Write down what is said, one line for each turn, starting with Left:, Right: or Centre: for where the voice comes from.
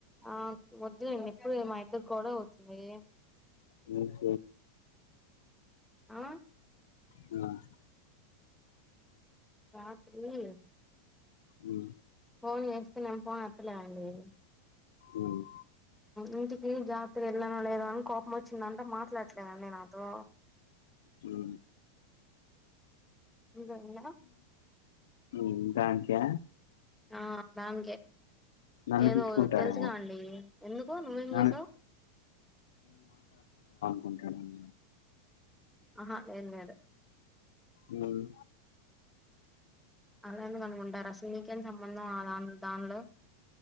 Centre: ఆ వొద్దులేండి ఎప్పుడు మా ఇద్దరికి గొడవ అవుతుంది
Left: నీ <inaudible>
Centre: ఆ
Left: హ్మ్
Centre: రాత్రి
Left: మ్మ్
Centre: ఫోన్ చేస్తే నేన్ ఫోన్ ఎత్తలేదండి
Left: మ్మ్
Centre: ఇంటికి జాగ్రత్తగా వెళ్ళానా లేద అని కోపం వచ్చిందంట మాట్లాడట్లేదండి నాతో
Left: మ్మ్
Centre: మీదల్లా
Left: ఇంగా అంటే
Centre: ఆ దాన్కే
Left: నన్ను
Centre: నేను
Left: తిట్టుకుంటాడేమో
Centre: తెలుసుగా అండి ఎందుకు నువ్వేం
Left: నన్ను
Centre: చేసావ్
Left: కొంటనేమ్
Centre: ఆహా లేదు లేదు
Left: మ్మ్
Centre: అలా ఎందుకు అనుకుంటారస్ నీకేం సంబంధం ఆ వాళ్ళ దానిలో